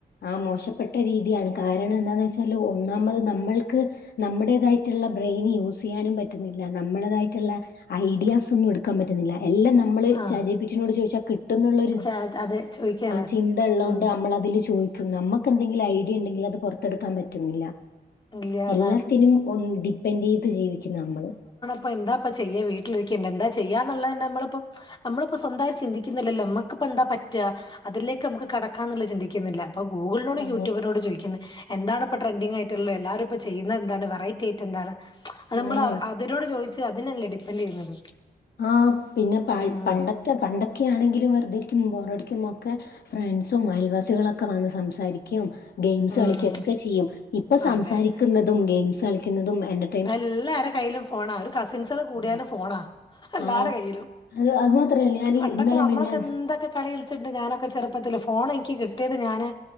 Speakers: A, on the left; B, on the left.
A: ആ മോശപ്പെട്ട രീതിയാണ് കാരണം എന്താന്ന് വെച്ചാല് ഒന്നാമത് നമ്മൾക്ക് നമ്മുടേതായിട്ടുള്ള ബ്രെയിന് യൂസ് ചെയ്യാനും പറ്റുന്നില്ല നമ്മടേതായിട്ട്ള്ള ഐഡിയാസ് ഒന്നും എടുക്കാം പറ്റുന്നില്ല എല്ലാം നമ്മള്
B: ആഹ്
A: ചാറ്റ് ജി ബി ട്ടി നോട് ചോദിച്ചാ കിട്ടുന്നുള്ളരു
B: ചാ അതെ ചോദിക്കാണ്
A: ആ ചിന്ത ഇള്ളോണ്ടാ
B: ഉം
A: നമ്മള അതില് ചോയിക്കും നമ്മക്ക് എന്തെങ്കിലു ഐഡിയ ഇണ്ടെങ്കില് അത് പൊർത്തെടുക്കാൻ പറ്റുന്നില്ല
B: ഇല്ല
A: എല്ലാത്തിനും
B: അതാണ്
A: ഒൻ ഡിപ്പെൻഡ് ചെയ്ത് ജീവിക്കും നമ്മള്
B: അപ്പൊ എന്താപ്പ ചെയ്യ വീട്ടിലിരിക്കണ്ടെ എന്താ ചെയ്യാന്ന്ള്ള നമ്മള്പ്പം നമ്മളിപ്പോ സ്വന്തമായി ചിന്തിക്കുന്നില്ലല്ലോ. നമ്മക്കിപ്പ എന്താ പറ്റുക, അതിലേക്ക് നമ്മുക്ക് കടക്കാന്നുള്ള ചിന്തിക്കുന്നില്ല. അപ്പ ഗൂഗളിനോടും
A: ആ
B: യൂടൂബിനോട് ചോദിക്കുന്നെ എന്താണ് ഇപ്പ ട്രെൻഡിങ്യ യിട്ടുള്ളെ എല്ലാരും ഇപ്പ ചെയുന്ന എന്താണ്, വെറൈറ്റി ആയിട്ട് എന്താണ് <unintelligible>
A: ആ
B: അതിനോട് ചോ അതിനല്ലേ ഡിപ്പെന്റ് ചെയ്യുന്നത്.
A: ആ പിന്നെ
B: ഉം
A: പണ്ടതെ പണ്ടൊക്കാണെങ്കിലും വെറുതെ ഇരിക്കുമ്പോ ബോറടിക്കുമ്പോക്കെ, ഫ്രണ്ട്സും അയൽവാസികളൊക്കെ വന്ന് സംസാരിക്കും. ഗെയിംസ്
B: ഉം
A: കളിക്കൊക്കെ ചെയ്യും. ഇപ്പൊ സംസാരിക്കുന്നതും
B: അതെ
A: ഗെയിംസ് കളിക്കുന്നതും എന്റെ
B: ഇപ്പ എല്ലാരടെ കയ്യിലും ഫോണാ. ഒരു കസിൻസുകള് കൂടിയാലും
A: ഉം
B: ഫോണാ. എല്ലാരു
A: ആഹ്
B: കയ്യിലും.
A: അത് അത് മാത്രല്ല ഞാൻ
B: പണ്ടൊക്കെ
A: ഇന്നലെ
B: നമ്മളൊക്കെ
A: മിനിഞ്ഞാന്ന്
B: എന്തൊക്കെ, കളി കളിച്ചിട്ടണ്ട് ഞാനൊക്കെ ചെറുപ്പത്തിൽ. ഫോൺ എനിക്ക് കിട്ടിയത് ഞാന്,